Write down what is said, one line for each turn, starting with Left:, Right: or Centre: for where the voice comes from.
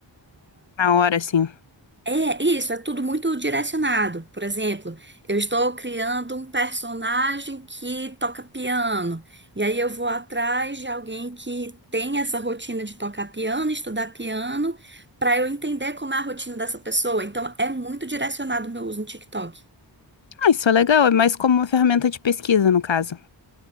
Left: Na hora, assim.
Right: É isso, é tudo muito direcionado. Por exemplo, eu estou criando um personagem que toca piano. E aí eu vou atrás de alguém que tem essa rotina de tocar piano, estudar piano, para eu entender como é a rotina dessa pessoa. Então é muito direcionado o meu uso no TikTok.
Left: Ah, isso é legal, é mais como uma ferramenta de pesquisa, no caso.